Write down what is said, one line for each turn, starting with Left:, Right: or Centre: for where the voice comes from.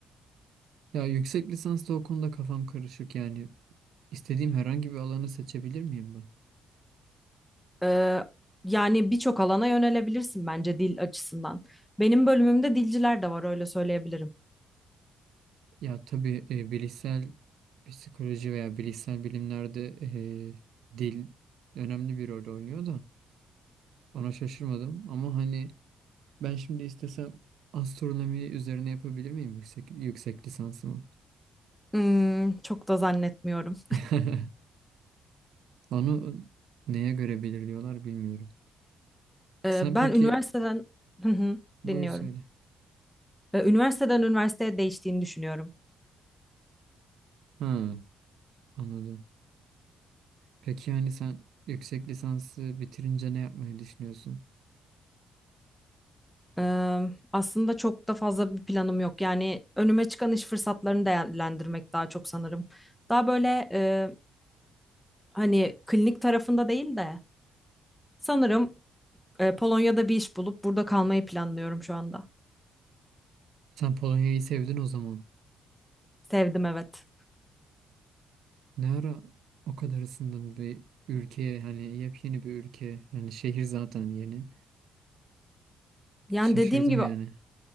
Right: Ya yüksek lisansta o konuda kafam karışık yani. İstediğim herhangi bir alanı seçebilir miyim ben?
Centre: Ee, yani birçok alana yönelebilirsin bence dil açısından. Benim bölümümde dilciler de var öyle söyleyebilirim.
Right: Ya tabii e, bilişsel psikoloji veya bilişsel bilimlerde e, dil önemli bir rol oynuyor da ona şaşırmadım. Ama hani ben şimdi istesem astronomi üzerine yapabilir miyim yüksek, yüksek lisansımı?
Centre: Hmm, çok da zannetmiyorum.
Right: <laughs> Onu neye göre belirliyorlar bilmiyorum.
Centre: Ee,
Right: Sen
Centre: ben
Right: peki
Centre: üniversiteden <laughs> Hı hı,
Right: buyur
Centre: dinliyorum.
Right: söyle.
Centre: Ve üniversiteden üniversiteye değiştiğini düşünüyorum.
Right: Ha, anladım. Peki yani sen yüksek lisansı bitirince ne yapmayı düşünüyorsun?
Centre: Eee, aslında çok da fazla bir planım yok. Yani önüme çıkan iş fırsatlarını değerlendirmek daha çok sanırım. Daha böyle eee, hani klinik tarafında değil de sanırım eee, Polonya'da bir iş bulup burada kalmayı planlıyorum şu anda.
Right: Sen Polonya'yı sevdin o zaman.
Centre: Sevdim evet.
Right: Ne ara o kadar ısındın bir ülkeye hani yepyeni bir ülke yani şehir zaten yeni.
Centre: Yani
Right: Şaşırdım
Centre: dediğim gibi
Right: yani.